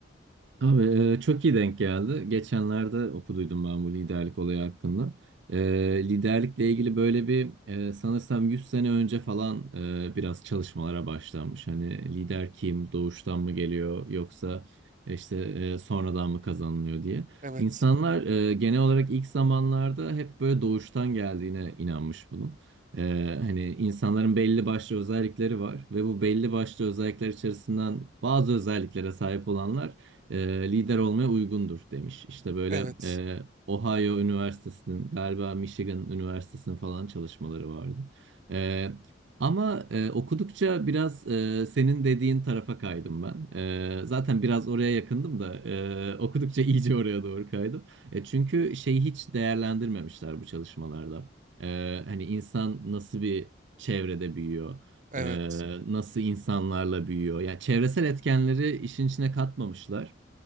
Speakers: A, on the right; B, on the right.
A: Abi e, çok iyi denk geldi. Geçenlerde okuduydum ben bu liderlik olayı hakkında. E, liderlikle ilgili böyle bir e, sanırsam 100 sene önce falan e, biraz çalışmalara başlanmış. Hani lider kim, doğuştan mı geliyor yoksa işte e, sonradan mı kazanılıyor diye.
B: Evet.
A: İnsanlar e, genel olarak ilk zamanlarda hep böyle doğuştan geldiğine inanmış bunun. E, hani insanların belli başlı özellikleri var ve bu belli başlı özellikler içerisinden bazı özelliklere sahip olanlar e, lider olmaya uygundur demiş. İşte böyle
B: Evet.
A: e, Ohio Üniversitesi'nin galiba Michigan Üniversitesi'nin falan çalışmaları vardı. E, ama e, okudukça biraz e, senin dediğin tarafa kaydım ben. E, zaten biraz oraya yakındım da e, okudukça <laughs> iyice oraya doğru kaydım. E, çünkü şeyi hiç değerlendirmemişler bu çalışmalarda. E, hani insan nasıl bir çevrede büyüyor?
B: Evet.
A: Ee, nasıl insanlarla büyüyor. Yani çevresel etkenleri işin içine katmamışlar.